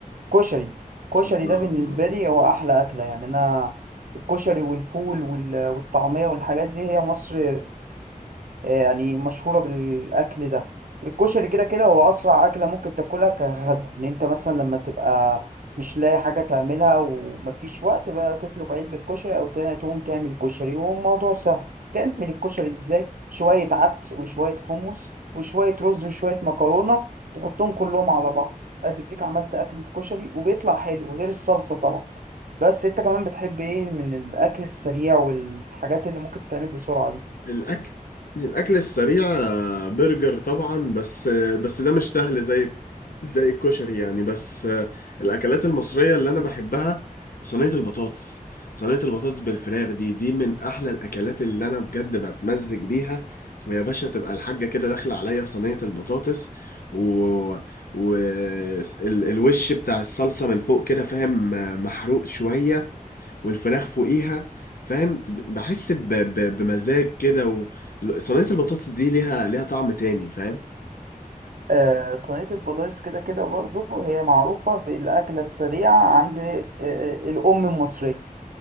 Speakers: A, on the right; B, on the left.
A: كشري كشري
B: الله
A: ده بالنسبه لي هو احلى اكله يعني انا الكشري والفول وال- والطعميه والحاجات دي هي مصر يعني مشهورة بالأكل ده الكشري كده كده هو أسرع أكلة ممكن تاكلها كغدا إن أنت مثلا لما تبقى مش لاقي حاجة تعملها ومفيش وقت بقى تطلب علبة كشري أو تا- تقوم تعمل كشري والموضوع سهل تعمل الكشري إزاي شوية عدس وشوية حمص وشوية رز وشوية مكرونة تحطهم كلهم على بعض أديك عملت أكلة كشري وبيطلع حلو غير الصلصة طبعا بس أنت كمان بتحب إيه من الأكل السريع والحاجات اللي ممكن تتعمل بسرعة دي
B: الأكل الأكل السريع آه، برجر طبعا بس آه، بس ده مش سهل زي زي الكشري يعني بس آه، الأكلات المصرية اللي أنا بحبها صينية البطاطس صينية البطاطس بالفراخ دي دي من أحلى الأكلات اللي أنا بجد بتمزج بيها ويا باشا تبقى الحاجة كده داخلة عليا في صينية البطاطس و... و... ال- الوش بتاع الصلصة من فوق كده فاهم آه، محروق شوية والفراخ فوقيها فاهم بحس ب... ب... بمزاج كده و... صينية البطاطس دي ليها ليها طعم تاني فاهم
A: آه، صينية البطاطس كده كده برضو هي معروفة بالأكلة السريعة عند آه، آه، الأم المصرية